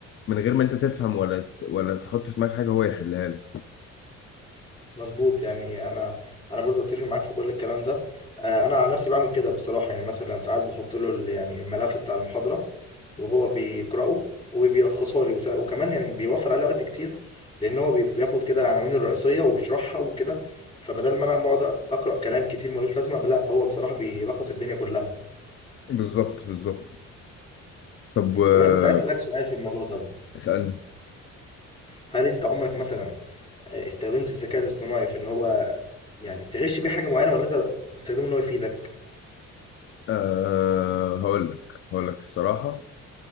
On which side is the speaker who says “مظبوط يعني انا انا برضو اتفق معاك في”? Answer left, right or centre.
Left